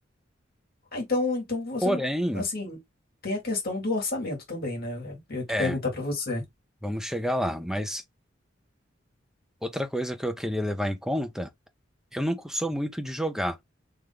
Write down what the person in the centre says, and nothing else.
Porém,
é,
vamos chegar lá. Mas outra coisa que eu queria levar em conta, eu não sou muito de jogar.